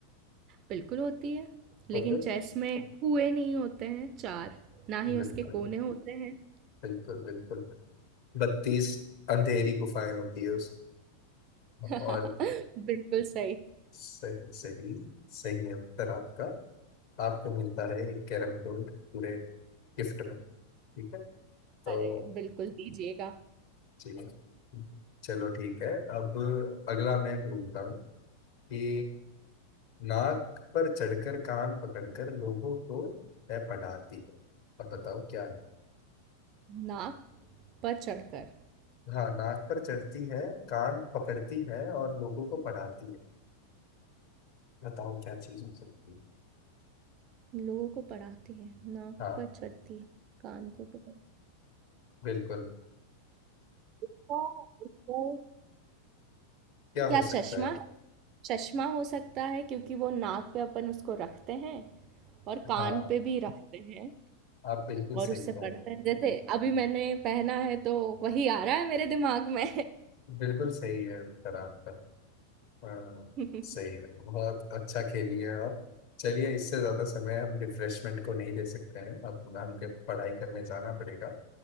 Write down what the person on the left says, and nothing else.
तो फिर
बिल्कुल
बिल्कुल बिल्कुल बत्तीस अंधेरी गुफाएं होती है उसमें
और
सही सही सही है उत्तर आपका आपको मिलता है एक कैरम बोर्ड पूरे गिफ्ट में ठीक है तो
ठीक है चलो ठीक है अब अगला मैं बोलता हूँ कि नाक पर चढ़कर कान पकड़कर लोगों को है पढ़ाती है अब बताओ क्या है
हाँ नाक पर चढ़ती है कान पकड़ती है और लोगों को पढ़ाती है बताओ क्या चीज हो सकती है
हाँ
बिल्कुल
क्या
हो
सकता है
हाँ
आप बिल्कुल
सही
कह
रहे हो
बिल्कुल सही है उत्तर आपका हाँ,
सही है बहुत अच्छा खेली है आप चलिए इससे ज्यादा समय हम रिफ्रेशमेंट को नहीं दे सकते हैं अब हमके पढ़ाई करने जाना पड़ेगा